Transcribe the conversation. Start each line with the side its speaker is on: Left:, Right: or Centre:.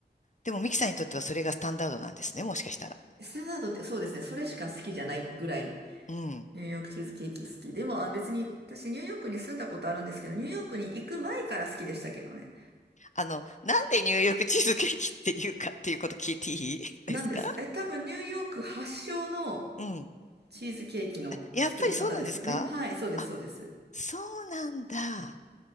Left: でも、ミキさんにとってはそれがスタンダードなんですね、もしかしたら。
Right: スタンダードってそうですね、それしか好きじゃないぐらい、
Left: うん。
Right: ニューヨークチーズケーキ好き。でも、あ別に、私ニューヨークに住んだことあるんですけど、ニューヨークに行く前から好きでしたけどね。
Left: あの、なんでニューヨークチーズケーキっていうかっていうこと聞いていいですか
Right: なんです。え、多分ニューヨーク発祥の
Left: うん。
Right: チーズケーキの作り方ですよね。
Left: やっぱりそうなんですかあ、
Right: はい、そうです、そうです。
Left: そうなんだ。